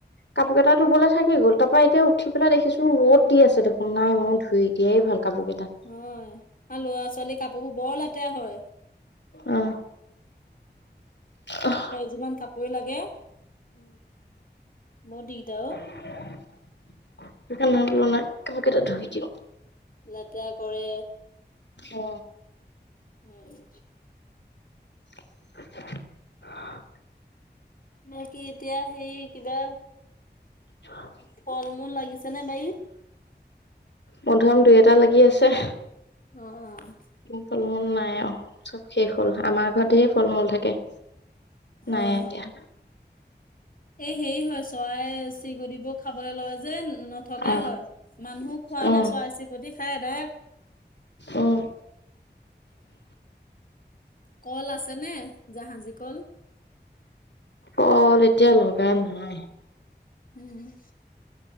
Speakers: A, on the left (about 75°); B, on the left (about 50°).
A: কাপোৰ কেইটা ধুবলে থাকি গ'ল, তাৰপৰা এতিয়া উঠি পেলাই দেখিছো ৰ'দ দি আছে দেখোন নাই মই ধুই দিয়াই ভাল কাপোৰ কেইটা।
B: হয় আৰু লৰা ছোৱালী কাপোৰবোৰ বৰ লেতেৰা হয়!
A: অহ অহ।
B: যিমান কাপোৰে লাগে, বৰ দিগদাৰ অ!
A: সেইকাৰণে বোলো নাই কাপোৰ কেইটা ধুই দিওঁ।
B: লেতেৰা কৰে।
A: অ
B: উম।
A: <inaudible>
B: বাকি এতিয়া সেই কিবা
A: <inaudible>
B: ফল মূল লাগিছে নে বাৰীত?
A: মধুৰীআম দুই এটা লাগি আছে।
B: অঁ।
A: ফল মূল নাই আৰু চব শেষ হ'ল, আমাৰ ঘৰত ধেৰ ফল মূল থাকে।
B: হয়
A: নাই এতিয়া
B: হয়। এই হেৰি হয় চৰাই চিৰিকতিবোৰ খাবলে লয় যে, নথকাই
A: অ
B: হয়। মানুহ খোৱালে
A: উম
B: চৰাই চিৰিকতি খায় এদাই
A: উম।
B: কল আছে নে জাহাজী কল?
A: কল এতিয়া লগা নাই।
B: উম উম।